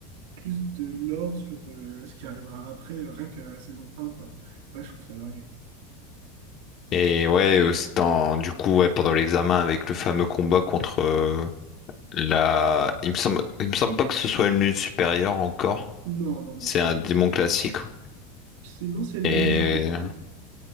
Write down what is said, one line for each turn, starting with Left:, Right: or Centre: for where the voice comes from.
Right: plus de lore sur euh, ce qui arrivera après, euh, rien qu'à la saison un quoi. Ouais, je trouve ça dingue.
Left: Et ouais, euh, c'est en- du coup, ouais, pendant l'examen avec le fameux combat contre euh, la. Il me semble... Il me semble pas que ce soit une lune supérieure encore.
Right: Non, non, non.
Left: C'est un démon classique.
Right: C'est une ancienne
Left: Et
Right: lune, je crois, par contre.